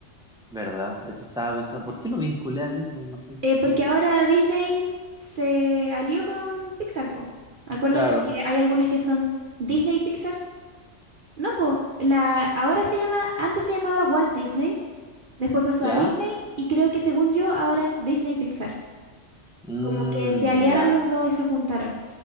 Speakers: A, in the centre; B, on the right.
A: Verdad, eso estaba pensando. ¿Por qué lo vinculé a Disney? No sé por
B: Eh, porque
A: qué.
B: ahora Disney se alió con Pixar, po. Acuérdate
A: Claro,
B: que hay algunas que son Disney y Pixar. No, po. La, ahora se llama, antes se llamaba Walt Disney, después pasó
A: ¿ya?
B: a Disney y creo que según yo ahora es Disney Pixar.
A: Mm,
B: Como que se aliaron
A: ya.
B: los dos y se juntaron.